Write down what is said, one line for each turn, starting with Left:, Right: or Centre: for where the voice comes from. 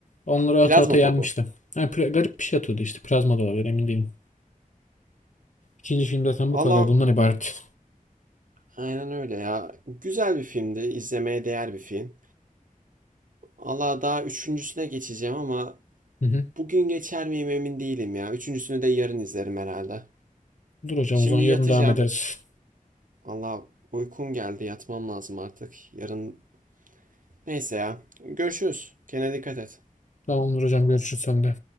Left: Onları
Right: Plazma
Left: ata ata yenmişti.
Right: topu.
Left: Yani pri- garip bir şey atıyordu işte plazma da olabilir emin değilim. İkinci film zaten
Right: Allah
Left: bu kadar bundan ibaret.
Right: aynen öyle ya. Güzel bir filmdi. izlemeye değer bir film. Allah daha üçüncüsüne geçeceğim ama
Left: Hı hı.
Right: bugün geçer miyim emin değilim ya. Üçüncüsünü de yarın izlerim herhalde.
Left: Dur hocam
Right: Şimdi
Left: o zaman yarın
Right: yatacağım.
Left: devam ederiz.
Right: Valla uykum geldi yatmam lazım artık. Yarın... Neyse ya. Görüşürüz. Kendine dikkat et.
Left: Tamamdır hocam görüşürüz sende.